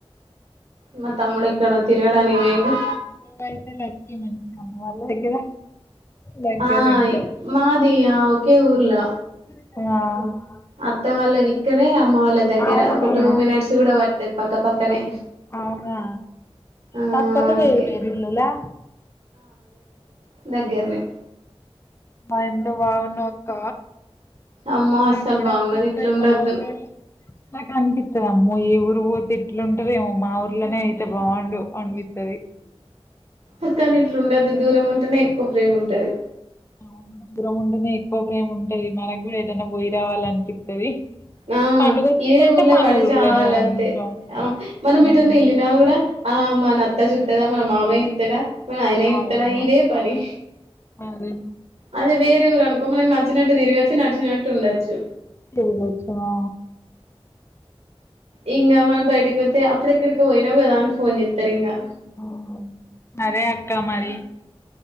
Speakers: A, on the right; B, on the left.
A: మా తమ్ముడెక్కడో తిరగడానికి వేయిండు
B: నువ్వు అయితే లక్కీ మంచి అమ్మ వాళ్ళ దగ్గర దగ్గరుంటాయి
A: ఆయ్ మాది ఆ ఒకే ఊర్లో
B: ఆ
A: అత్త వాళ్ళదిక్కడే అమ్మ వాళ్ళ దగ్గర
B: అవునా
A: ఒక టూ మినిట్స్ గూడ వట్టది పక్క పక్కనే
B: అవునా
A: ఆ
B: పక్కతో
A: అందుకే
B: వేరే ఇల్లులా
A: దగ్గర్నె
B: మా ఎంత బాగుండోక్క
A: అమ్మో
B: మాగుడా
A: అస్సలు బాగుండదు
B: అనిపిస్తది
A: ఇట్లా ఉండొద్దు
B: మాఊరే మాకన్పితది అమ్మో ఏవూర్ ఇరు తిట్లుంటదేమో మా ఊర్లేనే అయితే బాగుండు అనిపిత్తది.
A: అకాని ఇట్లుండదు దూరం ఉంటేనే ఎక్కువ ప్రేమ ఉంటది.
B: అవునవును దూరము ఉంటేనే ఎక్కువ ప్రేమ ఉంటది. మనగూడా యేటయినా పోయి రావాలనిపిత్తది.
A: నా ఆ
B: పండుగ వచ్చిందంటే
A: ఇదే ఊర్లో
B: మన
A: వడి
B: ఊర్లోనే
A: చావాలంతే
B: ఉంటాం
A: ఆ మనం
B: ఉమ్
A: ఎటన్న ఎల్లినా కూడా ఆ మన అత్త జూత్తదా మన మామయ్యత్తడా మయన జూత్తడా
B: అవును
A: ఇదే పని
B: అదే
A: అదే వేరే ఊరు అనుకో మనకు నచ్చినట్టు తిరగచ్చు. నచ్చినట్టు ఉండచ్చు.
B: తిరుగొచ్చ ఆ
A: ఈ ఇంగా మనం బయటకోతే అప్పుడెక్కడికో ఒయినవు గదా అని ఫోన్ జేత్ త్రింగా
B: ఆ. సరే అక్క మరి